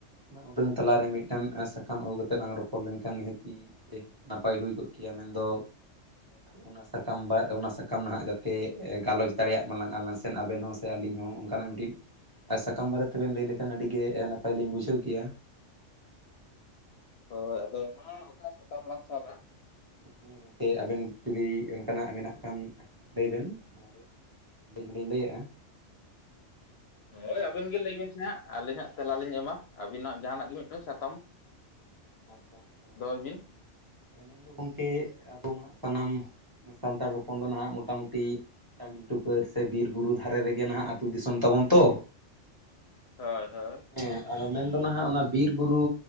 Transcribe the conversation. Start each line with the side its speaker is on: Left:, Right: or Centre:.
Right: ᱚᱱᱟ ᱩᱰᱟᱹᱝ ᱛᱟᱞᱟᱨᱮ ᱢᱤᱫᱴᱟᱹᱝ ᱥᱟᱠᱟᱢ ᱟᱹᱜᱩ ᱠᱟᱛᱮ ᱞᱟᱝ ᱨᱚᱯᱚᱲ ᱞᱮᱱᱠᱷᱟᱱ ᱱᱤᱦᱟᱹᱛᱤ ᱱᱟᱯᱟᱭ ᱦᱩᱭ ᱠᱚᱜ ᱠᱮᱭᱟ, ᱢᱮᱱᱫᱚ ᱚᱱᱟ ᱥᱟᱠᱟᱢ ᱚᱱᱟ ᱥᱟᱠ <unintelligible> ᱡᱟᱛᱮ ᱜᱟᱞᱚᱪ ᱫᱟᱲᱮᱭᱟᱜ ᱢᱟᱞᱟᱝ ᱟᱞᱟᱝ ᱥᱮ ᱟᱵᱮᱱ ᱦᱚᱸ ᱥᱮ ᱟᱹᱞᱤᱧ ᱦᱚᱸ ᱚᱱᱠᱟᱱᱟᱜ ᱢᱤᱫᱴᱤᱡ᱾ ᱟᱨ ᱥᱟᱠᱟᱢ ᱵᱟᱨᱮ ᱛᱮᱵᱤᱱ ᱞᱟᱹᱭ ᱞᱮᱠᱷᱟᱱ ᱟᱹᱰᱤ ᱱᱟᱯᱟᱭ ᱞᱤᱧ ᱵᱩᱡᱷᱟᱹᱣ ᱠᱮᱭᱟ᱾
Left: ᱦᱳᱭ ᱟᱫᱚ ᱢᱟ ᱚᱠᱟ ᱥᱟᱛᱟᱢ ᱞᱟᱝ ᱥᱟᱵᱟ?
Right: ᱦᱮᱸ ᱜᱚᱝᱠᱮ ᱟᱵᱮᱱ ᱡᱩᱫᱤ ᱚᱱᱠᱟᱱᱟᱜ ᱢᱮᱱᱟᱜ ᱠᱷᱟᱱ ᱞᱟᱹᱭ ᱵᱮᱱ ᱚᱱᱟ ᱫᱚ᱾ ᱟᱹᱞᱤᱧ ᱦᱚᱞᱤᱧ ᱞᱟᱹᱭᱮᱫᱼᱟ᱾
Left: ᱦᱳᱭ ᱟᱹᱵᱤᱱ ᱜᱮ ᱞᱟᱹᱭ ᱵᱤᱱ ᱥᱮ ᱦᱟᱸᱜ ᱟᱹᱞᱤᱧ ᱦᱟᱸᱜ ᱛᱮᱞᱟ ᱞᱤᱧ ᱮᱢᱟ᱾ ᱟᱹᱵᱤᱱᱟᱜ ᱡᱟᱦᱟᱱᱟᱜ ᱜᱮ ᱢᱤᱫᱴᱟᱝ ᱥᱟᱛᱟᱢ᱾
Right: ᱟᱪᱪᱷᱟ ᱟᱪᱪᱷᱟ
Left: ᱫᱚᱦᱚᱭ ᱵᱤᱱ
Right: ᱟᱞᱤᱧ ᱫᱚ ᱜᱚᱢᱠᱮ ᱟᱵᱚ ᱢᱟ ᱥᱟᱱᱟᱢ ᱥᱟᱱᱛᱟᱲ ᱦᱚᱯᱚᱱ ᱫᱚ ᱱᱟᱦᱟᱜ ᱢᱚᱴᱟᱢᱩᱴᱤ ᱴᱟᱺᱰᱤ ᱴᱩᱠᱟᱹᱨ ᱥᱮ ᱵᱤᱨ ᱵᱩᱨᱩ ᱫᱷᱟᱨᱮ ᱨᱮᱜᱮ ᱱᱟᱦᱟᱜ ᱟᱹᱛᱩ ᱫᱤᱥᱚᱢ ᱛᱟᱵᱚᱱ ᱛᱚ᱾
Left: ᱦᱳᱭ ᱦᱳᱭ
Right: ᱦᱮᱸ ᱟᱫᱚ ᱢᱮᱱᱫᱚ ᱱᱟᱦᱜ ᱚᱱᱟ ᱵᱤᱨ ᱵᱩᱨᱩ